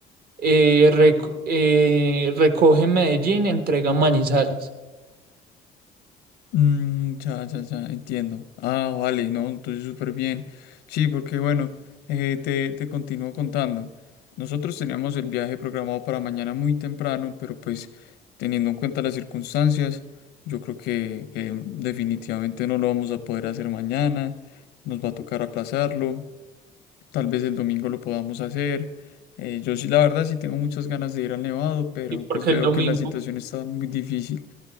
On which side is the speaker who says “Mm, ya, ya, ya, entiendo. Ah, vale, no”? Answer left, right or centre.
Left